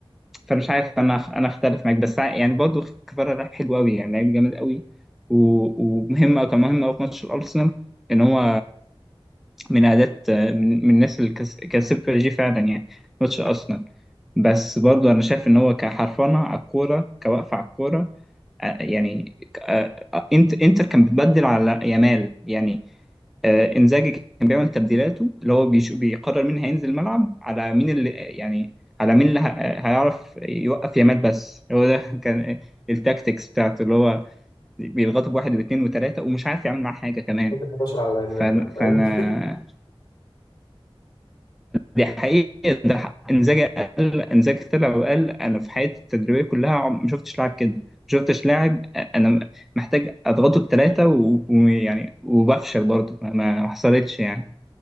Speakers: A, in the centre; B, on the left.
A: فمش عارف انا انا اختلف معاك بس ع- يعني برضه كفاره لعب حلو قوي يعني لعيب جامد قوي و- ومهم كان مهم قوي في ماتش الارسنال ان هو من اداه من, من الناس اللي كس- كسبت جي فعلا يعني ماتش ارسنال بس برضه انا شايف ان هو كحرفنه على الكوره كوقفه على الكوره آه، يعني آه، انت انتر كان بتبدل على يامال يعني آه، انزاجي كان بيعمل تبديلاته اللي هو بيش- بيقرر مين هينزل الملعب على مين اللي يعني على مين اللي ه- هيعرف يوقف يامال بس هو ده <laughs> كان التاكتكس بتاعته اللي هو بيضغطه بواحد واثنين وثلاثة ومش عارف يعمل معاه حاجة كمان
B: حط ال 11 على لامين
A: فأنا,
B: يامال بقى
A: فأنا
B: فاهم
A: دي حقيقة ده ح- انزاجي قال انزاجي طلع وقال أنا في حياتي التدريبية كلها عم- ما شفتش لاعب كده ما شفتش لاعب أنا محتاج أضغطه بثلاثة ويعني وبفشل برضه ما ما حصلتش يعني